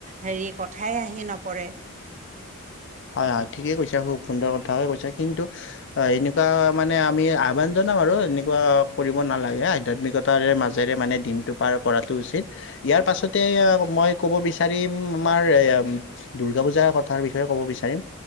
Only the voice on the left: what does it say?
হয় হয় ঠিকেই কৈছে খুব সুন্দৰ কথাকে কৈছে কিন্তু এনেকুৱা মানে আমি আহ্বান জনাম আৰু এনেকুৱা কৰিব নালাগে আধ্যাত্মিকতাৰে মাজেৰে মানে দিনটো পাৰ কৰাটো উচিত ইয়াৰ পাছতে
মই ক'ব বিচাৰো ৰিম আমাৰ দুৰ্গা পূজাৰ কথাৰ বিষয়ে ক'ব বিচাৰি। ৰিম